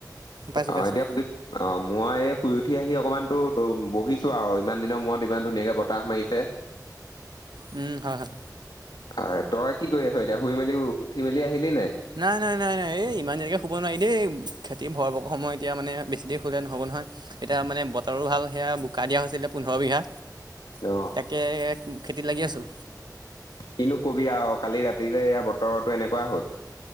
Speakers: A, on the right; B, on the left.
A: পাইছোঁ
B: অ'
A: পাইছোঁ।
B: এতিয়া বুজি অ' মই এই শুই উঠি আহি অকমানতো বহিছো আৰু ইমান দিনৰ মূৰত ইমান ধুনীয়াকে বতাহ মাৰিছে। <inaudible>
A: উম' হয়, হয়।
B: অ' তই কি কৰি আছ এতিয়া শুই মেলি উঠি মেলি আহিলি নাই
A: নাই, নাই, নাই, নাই এই ইমান যেনেকৈ শুব নোৱাৰি দেই খেতিৰ ভৰ বৰ এতিয়া সময় মানে বেছি তি শুলে নহ'ব নহয় এতিয়া মানে বতৰো ভাল সেয়া বোকা দিয়া হৈছিলে পোন্ধৰ বিঘা
B: অ'
A: তে খেতিত লাগি আছোঁ
B: কিনো কবি আৰু কালি ৰাতি যে এয়া বতৰটো এনেকুৱা হ'ল